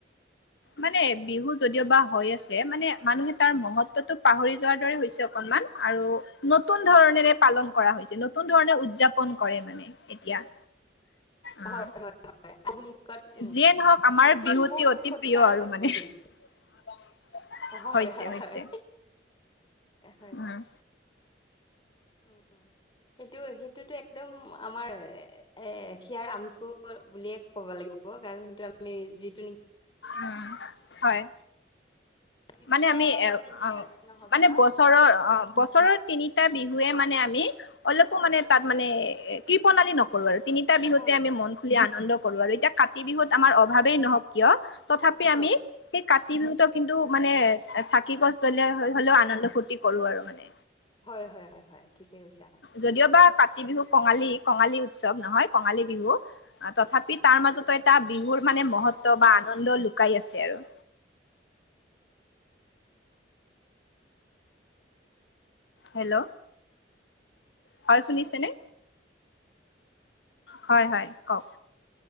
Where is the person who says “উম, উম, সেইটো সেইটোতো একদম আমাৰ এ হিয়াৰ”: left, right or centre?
Left